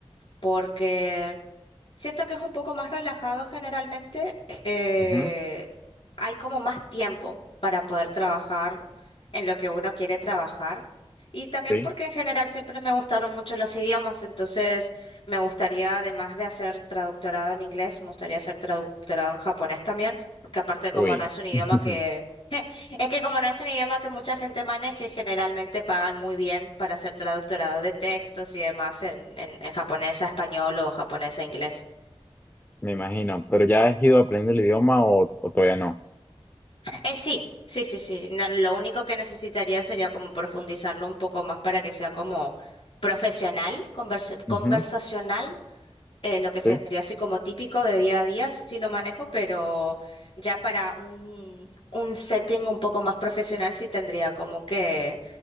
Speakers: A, on the left; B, on the left.
A: porque Siento que es un poco más relajado generalmente. eh,
B: Ujú,
A: hay como más tiempo para poder trabajar en lo que uno quiere trabajar. Y también
B: Sí.
A: porque en general siempre me gustaron mucho los idiomas, entonces me gustaría, además de hacer traductorado en inglés, me gustaría hacer traductorado en japonés también, porque aparte como
B: Uy.
A: no es un idioma
B: <laughs>
A: que... Es que como no es un idioma que mucha gente maneje, generalmente pagan muy bien para hacer traductorado de textos y demás en, en en japonés a español o japonés a inglés.
B: Me imagino. ¿Pero ya has ido aprendiendo el idioma o, o todavía
A: Eh, sí, sí, sí, sí. Na- Lo único que necesitaría sería como profundizarlo un poco más para que sea como profesional, conversa- conversacional,
B: no?
A: eh, lo que
B: Sí,
A: sería así como típico de día a día, sí lo manejo, pero ya para un, un setting un poco más profesional sí tendría como que